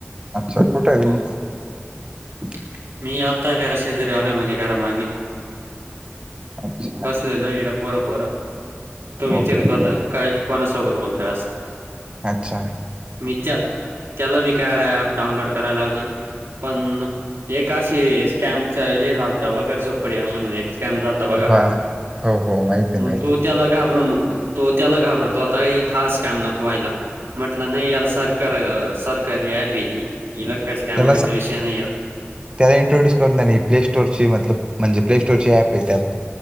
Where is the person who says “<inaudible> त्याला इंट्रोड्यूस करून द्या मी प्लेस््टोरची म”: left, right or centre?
Right